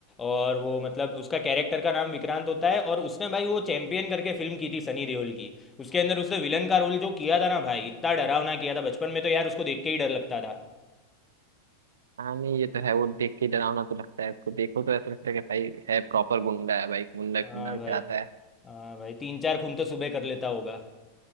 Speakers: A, on the left; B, on the right.
A: और वो मतलब उसका कैरेक्टर का नाम विक्रांत होता है और उसने भाई वो चैंपियन करके फिल्म की थी सनी देओल की उसके अंदर उसने विलन का रोल जो किया था ना भाई इतना डरावना किया था बचपन में तो यार उसको देख के ही डर लगता था
B: हाँ नहीं ये तो है वो देख के डरावना तो लगता है उसको देखो तो ऐसा लगता है कि भाई है प्रॉपर गुंडा है भाई गुंडा खानदान
A: हाँ भाई
B: से आता है
A: हाँ भाई तीन चार खून तो सुबह कर लेता होगा